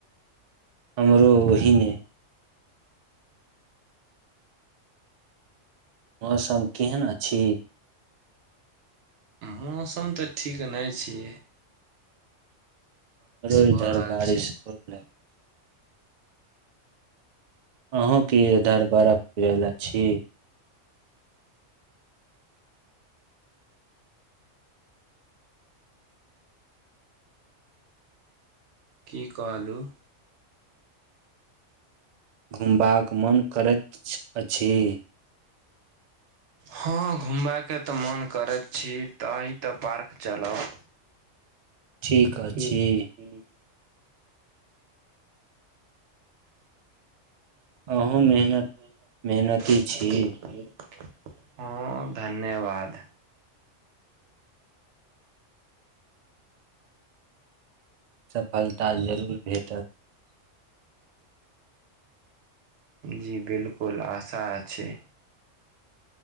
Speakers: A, on the right (about 80°); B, on the right (about 65°).
A: हमर ही ने मौसम केहन अछि।
B: मौसम तऽ ठीक नै छि।
A: रोज
B: भऽ
A: धर
B: रहल
A: बारिश
B: छै
A: होलोल। अहूँ की इधर बरफ <unintelligible> अछि।
B: की कहलु
A: घुमबा कऽ मोन करैत अछि। <inaudible>
B: हऽ घुमबा केँ तऽ मोन करैत छी तै तऽ पार्क चलब
A: ठीक। अछि,
B: ठीक है ठीक। <unintelligible>
A: अहूँ मेहनत मेहनती छी।
B: हु धन्यवाद।
A: सफलता जरूर भेटत।
B: जी बिल्कुल आशा अछी।